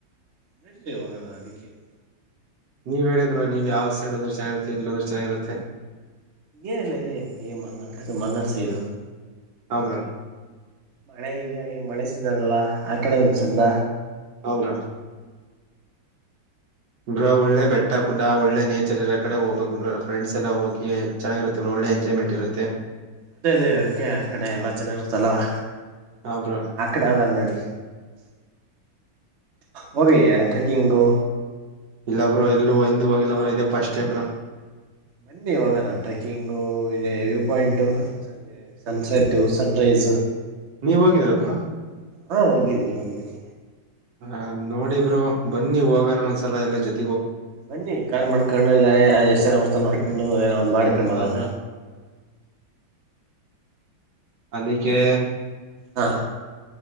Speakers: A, on the right (about 40°); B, on the right (about 65°).
A: ನಡರಿ ಯೋಗಲ್ಲ ಅದಕ್ಕೆನು
B: ನೀವ ಹೇಳಿದ್ರೋ ನೀವು ಯಾವ್ ಸೈಡ್ೋದ್ರೆನ್ನಾಗಿರುತ್ತೆ ಇಲ್ಲೋದ್ರ ಚೆನ್ನಾಗಿರುತ್ತೆ
A: ಏನೆಲ್ಲಾ ಇದೆ ಈ ಮನಾಡ್ ಮನಾಡ್ ಸ ಇದು
B: ಹೌದ
A: ಮಳೆ ಈಗ ಮಳೆಸಿದಲ್ವಾ ಆ ಕಡೆ ಒಂದ ಚಂದ
B: ಹೌ್ರ ಬ್ರ ಒಳ್ಳೆ ಬೆಟ್ಟ ಕೂಡ ಒಳ್ಳೆ ನೇಚರ್ ಇರೋ ಕಡೆ ಹೋಗ್ಬೇಕು ಬ್ರ ಫ್ರೆಂಡಸ್ ಎಲ್ಲ ಹೋಗಿ ಚೆನ್ನಾಗಿರುತ್ತೆ್ರ ಒಳ್ಳೆ ಎಂಜಾಯ್ಮೆಂಟ್ ಇರುತ್ತೆ
A: ಅದೇ ಅದೇ ಅದಕ್ಕೆ ಆ ಕಡೆ ಎಲ್ಲಾ ಚೆನ್ನಾಗಿರ್ತ್ತಲ್ಲವಾ
B: ಹಾ ಬ್ರೋ
A: ಆ ಕಡೆ ಅವ ನೋಡಿ ಹೋಗಯ ಟ್ರೆಕ್ಕಿಂಗು
B: ಇಲ್ಲಬ್್ರರು ಎಲ್ಲ ಒಂದು ಹೋಗಿಲ್ಲ್ರ ಇ ಫಸ್ಟ್ ಟೈಮ್ರ
A: ಬನ್ನಿ ಇವಾಗಾನ ಟ್ರೆಕ್ಕಿಂಗು ಪಾಯಿಂಟ ಸನ್ಸೆಟ್ಟ ಸನ್ರೈಸ್
B: ನೀವ್ ಹೋಗಿದ್ರ ಬ್ರೋ
A: ಹಾ ಹೋಗಿದ್ದೀನಿ ಹೋಗಿದ್ದೀನಿ
B: ಹದ್ ನೋಡಿಬ್ರು ಬನ್ನಿ ಹೋಗಣ ಒಂದ್ಸಲ ಎಲ್ಲಾ ಜೊತೆ
A: ಬನ್ನಿ ಕಾರ್ ಮಾಡ್ಕೊಂಡು ಇಲ್ಲ ಎಷ್ಟು ಜನತ ನೋಡ್ಕೊಂಡು ಏನ್ರು ಮಾಡಕೊಂಡಲ್ಲ
B: ಹಾ ಬ್ರೋ ಅದಿಕ್ಕೆ
A: ಹಾ